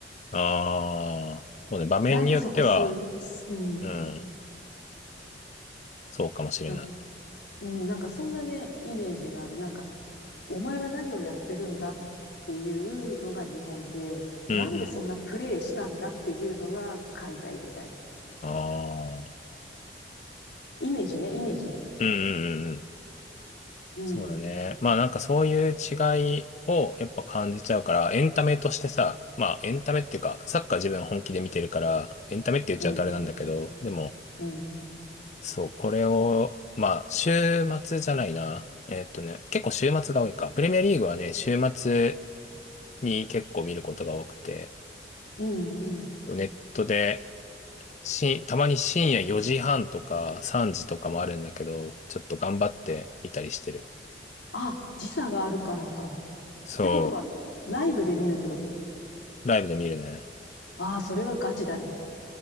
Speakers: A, on the left; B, on the left.
A: ああ、そうね。場面によっては、
B: なんでそこそう、うん、
A: うん。そうかもしれない。
B: な、うん、なんかそんなね、イメージがある。なんか、お前は何をやってるんだっていうのが日本で、
A: うんうん。
B: なんでそんなプレイしたんだっていうのが海外みたいな。
A: ああ、
B: イメージね、イメージね。
A: うんうんうんうん。
B: うん、
A: そうだね。まあなんかそういう違いをやっぱ感じちゃうから、エンタメとしてさ、まあエンタメっていうか、サッカー自分本気で見てるから、エンタメって言っちゃうとあれなんだけど、
B: うん、
A: でも、
B: うん、
A: そう、これを、まあ週末じゃないな。えっとね、結構週末が多いか。プレミアリーグはね、週末、に結構見ることが多くて、
B: うん、うん。
A: ネットでし、たまに深夜4時半とか3時とかもあるんだけど、ちょっと頑張って見たりしてる。
B: あ、時差があるからか。
A: そ
B: ってことは、ライブで見るってこと。
A: う、ライブで見るね。
B: ああ、それはガチだね。